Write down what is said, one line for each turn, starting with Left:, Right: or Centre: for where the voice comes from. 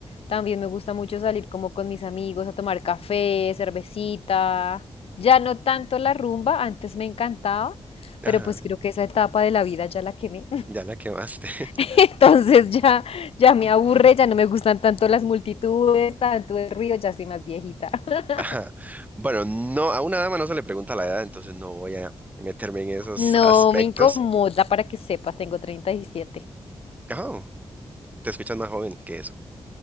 Left: También me gusta mucho salir como con mis amigos a tomar café, cervecita. Ya no tanto la rumba, antes me encantaba,
Right: Ajá,
Left: pero pues creo que esa etapa de la vida ya la quemé.
Right: ya la quemaste. <laughs>
Left: <laughs> Entonces ya, ya me aburre, ya no me gustan tanto las multitudes, tanto el ruido, ya soy más viejita. <laughs>
Right: Ajá. Bueno, no, a una dama no se le pregunta la edad, entonces no voy a meterme en esos
Left: No
Right: aspectos.
Left: me incomoda para que sepas, tengo 37.
Right: Ajá, te escuchas más joven que eso.